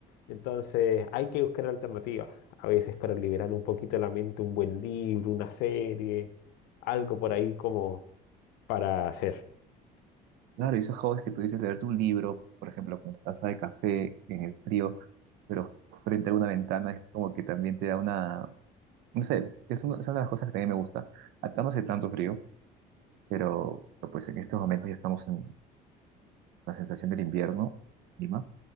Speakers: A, on the left; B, on the right.
A: Entonces hay que buscar alternativas. A veces para liberar un poquito la mente, un buen libro, una serie, algo por ahí como para hacer.
B: Claro, y esos hobbies que tú dices, leerte un libro, por ejemplo, con tu taza de café en el frío, pero frente a una ventana, es como que también te da una, no sé, es una, es una de las cosas que también me gusta. Acá no hace tanto frío, pero, pero pues en estos momentos ya estamos en la sensación del invierno, Lima,